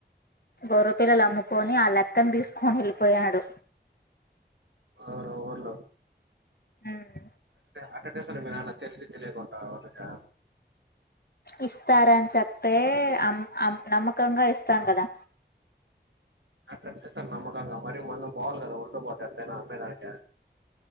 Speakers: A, on the left; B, on the right.
A: గొర్ర పిల్లలు అమ్ముకొని ఆ లెక్కని తీసుకొని వెళ్ళిపోయాడు
B: ఎవరు ఊర్లో
A: ఉమ్
B: అక్కటి అసలు మీరు అన్న తెలిసి తెలియకుంటా వాళ్ళగా
A: ఇస్తారని చెప్పే అమ్ అమ్ నమ్మకంగా ఇస్తాం కదా
B: అట్టట్టేసారు నమ్మకంగా మరి మొనం పోవాలి కదా ఉరటపోతే ఎంతైనా అంతే దానిక